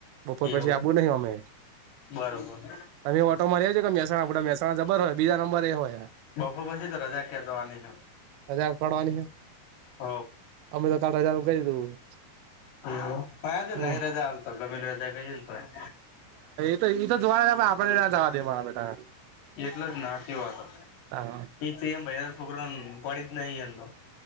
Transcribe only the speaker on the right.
બપોર
પછી આપુ નહિ અમે.
તમે ઓટો માં ર છો કે મહેહસાણા આપડ મહેસાણા જબર હોય બીજા નંબર એ હોય.
હજા પડવાની છે?
અમે તો કાલ રજાનું કહી દીધું
હમ
એઈ તો જોવા આપડે ના્યા જવા દેવા બેટા.
હા